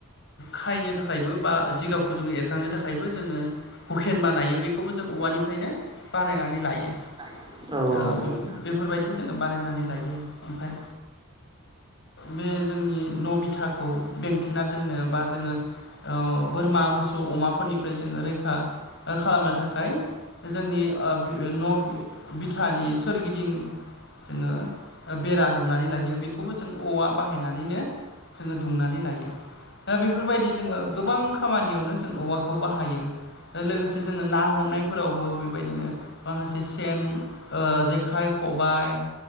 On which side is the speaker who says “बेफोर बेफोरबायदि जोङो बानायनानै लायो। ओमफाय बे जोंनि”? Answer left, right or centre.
Left